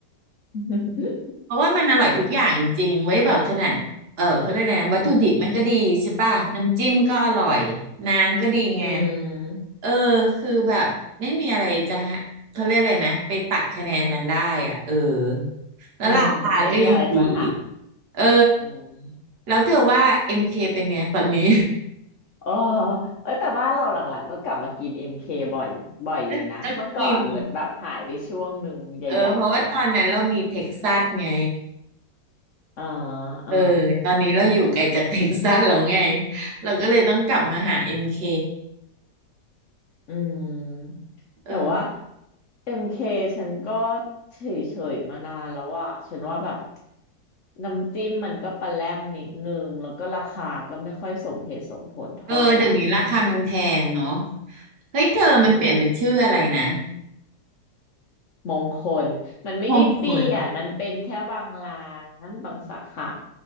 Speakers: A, on the left (about 55°); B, on the right (about 70°).
A: <laughs> อ
B: เพราะว่ามันอร่อยทุกอย่างจริงเว้ยแบบขนาดเออเขาเรียกอะไรนะวัตถุดิบมันก็ดีใช่ป่ะน้ำจิ้มก็อร่อยน้ำก็ดีไง
A: ืมอืม
B: เออคือแบบไม่มีอะไรจะฮะเขาเรียกอะไรนะไปตัดคะแนนมันได้อ่ะเออแล้วราคาก็ยังดีอีก
A: อืมไม่มีอะไรจะหัก
B: เออ
A: อืม
B: แล้วเธอว่า MK เคเป็นไงตอนนี้
A: เออเออแต่บ้านเราหลังๆก็กลับมากินเอ็มเคบ่อยบ่อยอยู่นะ
B: <laughs> ก็กิน
A: เมื่อก่อนเหมือนแบบหายไปช่วงหนึ่งใหญ่ๆเลย
B: เออเพราะว่าตอนนั้นเรามีเท็กซัสไง
A: เอ๋อเอ๋อ
B: เออตอนนี้เราอยู่ไกลจากเท็กซัสแล้วไงเราก็เลยต้องกลับมาหาเอ็มเค
A: อืมแต่ว่า
B: เออ
A: เอ็มเคฉันก็เฉยๆมานานแล้วอ่ะฉันว่าแบบน้ำจิ้มมันก็ปลาแรมนิดนึงแล้วก็ราคาก็ไม่ค่อยสมเหตุสมผลเท่าไหร่
B: เออเดี๋ยวนี้ราคามันแพงเนาะเฮ้ยเธอมันเปลี่ยนเป็นชื่ออะไรนะ
A: อืมมงคลมันไม่ได้เปลี่ยน
B: มงคล
A: มันเป็นแค่บางร้านบางสาขา